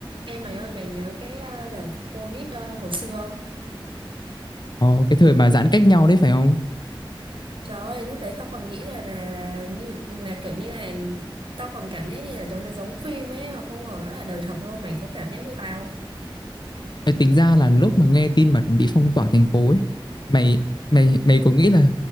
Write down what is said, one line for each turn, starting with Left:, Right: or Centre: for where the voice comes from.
Right: Em mày ơi mày nhớ cái ờ, đợt Covid ờ, hồi xưa không?
Left: Ờ, cái thời mà giãn cách nhau đấy phải không?
Right: Trời ơi lúc đấy tao còn nghĩ là là như là kiểu như là tao còn cảm giác như là cho nó giống phim ấy mà không ngờ nó là đời thật luôn mày có cảm giác như tao không?
Left: Mày tính ra là lúc mà nghe tin mà bị phong tỏa thành phố ấy, mày mày mày có nghĩ là